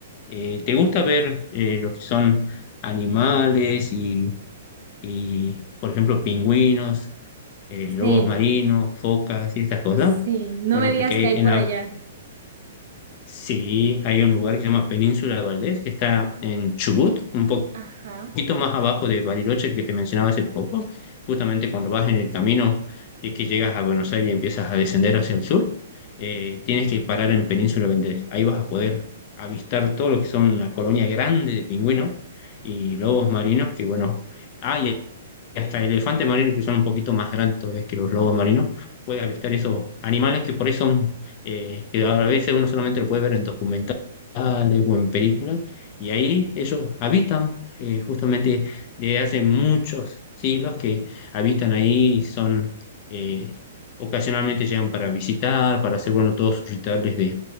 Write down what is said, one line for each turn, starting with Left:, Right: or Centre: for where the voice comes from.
Left: Eh, ¿te gusta ver eh, lo que son animales y, y, por ejemplo, pingüinos, eh, lobos
Right: Sí,
Left: marinos, focas y estas cosas?
Right: sí. No
Left: Bueno,
Right: me digas
Left: porque hay
Right: que hay
Left: en
Right: por
Left: la,
Right: allá.
Left: sí, hay un lugar que se llama Península de Valdés, que está en Chubut, un poco
Right: Ajá.
Left: poquito más abajo de Bariloche que te mencionaba hace poco, justamente cuando vas en el camino de que llegas a Buenos Aires y empiezas a descender hacia el sur, eh, tienes que parar en Península Vendés. Ahí vas a poder avistar todo lo que son una colonia grande de pingüinos y lobos marinos que, bueno, hay hasta elefantes marinos que son un poquito más grandes todavía que los lobos marinos, puede avistar esos animales que por ahí son, eh, que a veces uno solamente lo puede ver en documentales o en películas, y ahí ellos habitan, eh, justamente desde hace muchos siglos que habitan ahí, y son, eh, ocasionalmente llegan para visitar, para hacer, bueno, todos sus rituales de...